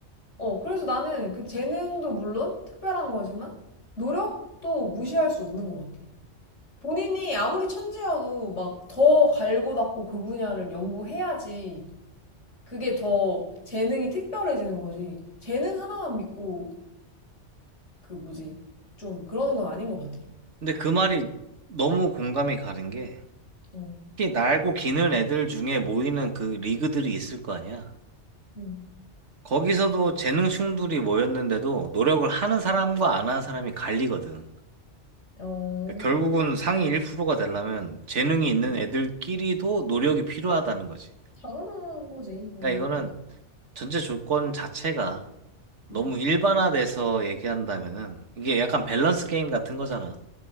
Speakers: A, on the left; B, on the right.
A: 어, 그래서 나는 그 재능도 물론 특별한 거지만 노력도 무시할 수 없는 것 같아. 본인이 아무리 천재여도 막 더 갈고 닦고 그 분야를 연구해야지 그게 더 재능이 특별해지는 거지. 재능 하나만 믿고 그 뭐지 좀 그러는 건 아닌 것 같아.
B: 근데 그 말이 너무 공감이 가는 게
A: 어,
B: 특히 날고 기는 애들 중에 모이는 그 리그들이 있을 거 아니야.
A: 음.
B: 거기서도 재능충들이 모였는데도 노력을 하는 사람과 안 하는 사람이 갈리거든.
A: 어,
B: 그러니까 결국은 상위 1%가 되려면 재능이 있는
A: 음.
B: 애들끼리도 노력이 필요하다는 거지.
A: 당연한 거지 이건.
B: 그러니까 이거는 전체 조건 자체가 너무
A: 음.
B: 일반화돼서 얘기한다면은 이게 약간 밸런스 게임 같은 거잖아.